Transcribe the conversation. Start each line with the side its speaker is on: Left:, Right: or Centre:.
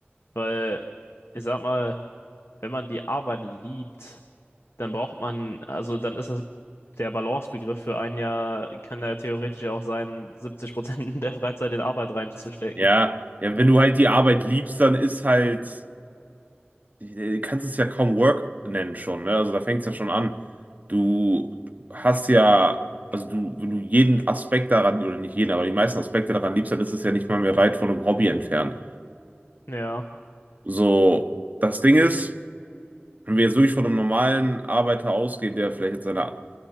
Left: Weil, ich sag mal, wenn man die Arbeit liebt, dann braucht man, also dann ist das der Balancebegriff für ein Jahr, kann ja theoretisch ja auch sein, 70 Prozent <laughs> der Freizeit in Arbeit reinzustecken.
Right: Ja, ja, wenn du halt die Arbeit liebst, dann ist halt, du kannst es ja kaum Work nennen schon, ne? Also da fängt es ja schon an. Du hast ja, also du, wenn du jeden Aspekt daran, oder nicht jeden, aber die meisten Aspekte daran liebst, dann ist es ja nicht mal mehr weit von einem Hobby entfernt.
Left: Ja,
Right: So, das Ding ist, wenn wir jetzt wirklich von einem normalen Arbeiter ausgehen, der vielleicht jetzt seine